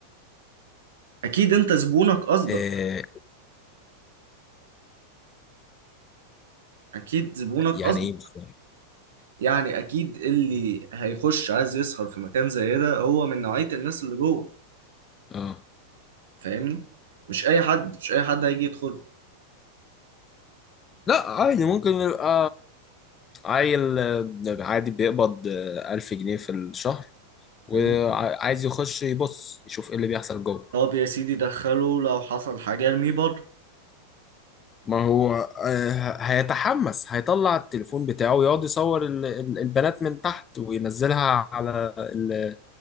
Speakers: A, on the right (about 60°); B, on the left (about 25°).
A: اكيد انت زبونك قصدك
B: إيه
A: اكيد زبونك
B: يعني
A: قصدك
B: ايه مش فاهم
A: يعني اكيد اللي هيخش عايز يسهر في مكان زي ده هو من نوعية الناس اللي جوه
B: اه
A: فاهمني مش اي حد مش اي حد هيجي يدخل
B: لا عادي ممكن يبقى عيل آه، عادي بيقبض آه، 1000 جنيه في الشهر وعايز
A: مم.
B: يخش يبص يشوف ايه اللي بيحصل جوه
A: طب يا سيدي دخله لو حصل حاجة ارميه بره
B: ما هو آه، هيتحمس هيطلع التليفون بتاعه ويقعد يصور ال- ال- البنات من تحت وينزلها على ال-